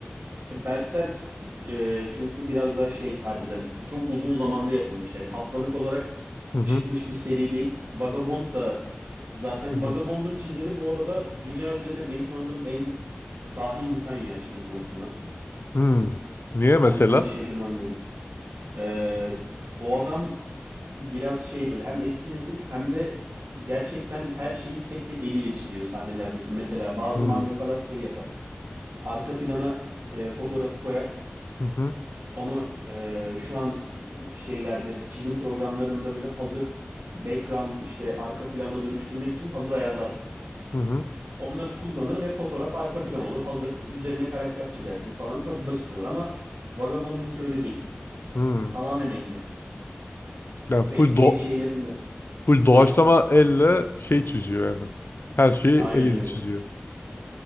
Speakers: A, on the right; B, on the left.
A: Berserk e, çünkü biraz daha şey harbiden çok uzun zamanda yapılmış yani haftalık olarak
B: Hı hı.
A: çıkmış bir seri değil. Vagabond da zaten
B: Hı hı.
A: Vagabond'un çizeri bu arada dünya üzerine benim tanıdığım en dahi insan ya çizim konusunda.
B: Hmm. Niye
A: O
B: mesela?
A: yüzden hiç şaşırmam yani. Ee, o adam biraz şey böyle hem eski nesil hem de gerçekten her şeyi tek tek eliyle çiziyor sahnelerdeki. Mesela bazı
B: Hmm.
A: mangakalar şey yapar. Arka plana e, fotoğrafı koyar.
B: Hı hı.
A: Onu eee, şu an şeylerde çizim programlarında böyle hazır background işte arka plana dönüştürmek için hazır ayarlar var.
B: Hı hı.
A: Onları kullanır ve fotoğraf arka plan olur. Hazır üzerine karakter çizersin falan çok basit olur ama Vagabond'unki öyle değil.
B: Hmm.
A: Tamamen elle
B: Yani full
A: ve e,
B: do
A: e, şeylerin de
B: full doğaçlama
A: buyur.
B: elle şey çiziyor yani. Her şeyi
A: Aynen
B: eliyle
A: öyle.
B: çiziyor.